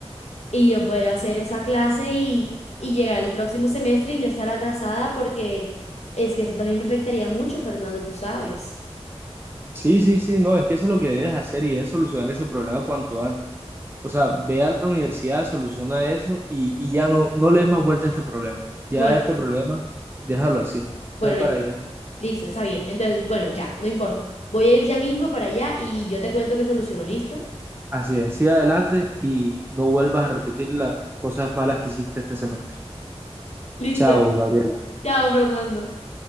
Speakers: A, on the left; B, on the right.
A: y yo poder hacer esa clase y, y llegar al próximo semestre y no estar atrasada porque es que eso también me afectaría mucho, Fernando, tú sabes.
B: Sí, sí, sí, no, es que eso es lo que debes hacer y es solucionar ese problema cuanto antes. O sea, ve a la universidad, soluciona eso y, y ya no, no le des más vuelta a este problema. Ya
A: Bueno,
B: este problema, déjalo así,
A: bueno,
B: ve para
A: ya,
B: allá.
A: listo, está bien. Entonces, bueno, ya, no importa. Voy a ir ya mismo para allá y yo te cuento que soluciono, ¿listo?
B: Así es, sigue adelante y no vuelvas a repetir las cosas malas que hiciste este semestre.
A: Listo.
B: Chao, Gabriela.
A: Chao, Fernando.